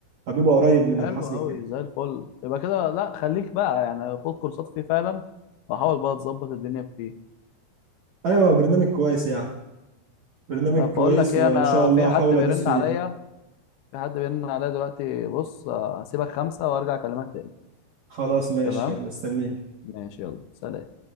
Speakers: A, on the right (about 65°); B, on the left (about 80°).
A: فبيبقى قريب
B: طب
A: من
B: حلو
A: الحصر وكده
B: قوي زي الفل يبقى كده لا خليك بقى يعني خد كورسات فيه فعلا وحاول بقى تظبط الدنيا فيه
A: ايوه برنامج كويس يعني برنامج
B: طب
A: كويس
B: بقول لك ايه
A: وان
B: انا
A: شاء الله
B: في
A: هحاول
B: حد بيرن
A: ادوس فيه
B: عليا في حد بيرن عليا دلوقتي بص آه، هسيبك خمسة وارجع اكلمك تاني
A: خلاص ماشي
B: تمام
A: مستنيه
B: ماشي يلا سلام